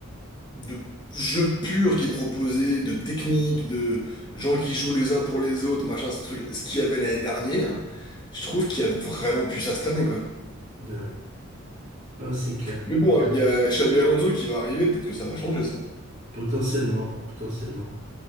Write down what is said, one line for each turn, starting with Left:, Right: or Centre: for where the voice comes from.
Left: de jeu pur qui est proposé, de techniques, de gens qui jouent les uns pour les autres, machin, ce truc, ce qu'il y avait l'année dernière, je trouve qu'il y a vraiment plus ça cette année, quoi.
Right: Ouais, ouais. Ah, c'est clair,
Left: Mais bon,
Right: c'est clair.
Left: il y a Xabi Alonso qui va arriver, peut-être que ça va changer ça.
Right: Potentiellement, potentiellement.